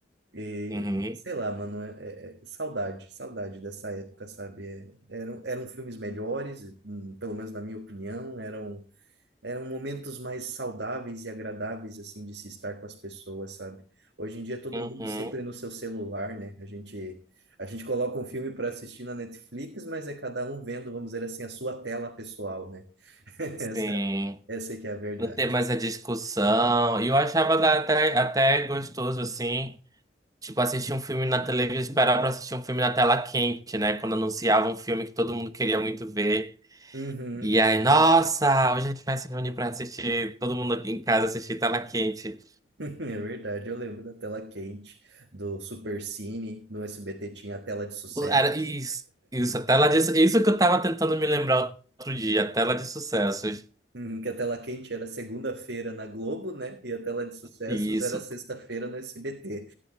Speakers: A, on the right; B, on the right.
A: E,
B: uhum,
A: sei lá, mano, é- é- é saudade, saudade dessa época, sabe? É, eram, eram filmes melhores, hum, pelo menos na minha opinião, eram eram momentos mais saudáveis e agradáveis, assim, de se estar com as pessoas, sabe? Hoje em dia todo
B: uhum,
A: mundo sempre no seu celular, né? A gente, a gente coloca um filme para assistir na Netflix, mas é cada um vendo, vamos dizer assim, a sua tela pessoal, né? <laughs>
B: sim.
A: Essa, essa é que é a verdade.
B: Não ter mais a discussão. E eu achava da- até, até gostoso, assim, tipo, assistir um filme na televisão, esperar para assistir um filme na tela quente, né? Quando anunciava um filme que todo mundo queria muito ver.
A: Uhum.
B: E aí,
A: <laughs>
B: nossa, hoje a gente vai se reunir para assistir, todo mundo em casa assistir tela quente.
A: É verdade, eu lembro da tela quente, do Supercine, no SBT tinha a tela de sucessos.
B: Era isso, isso, a tela de, isso que eu tava tentando me lembrar outro dia, a tela de sucessos.
A: Uhum, que a tela quente era segunda-feira na Globo, né? E a tela de sucessos
B: Isso.
A: era sexta-feira no SBT.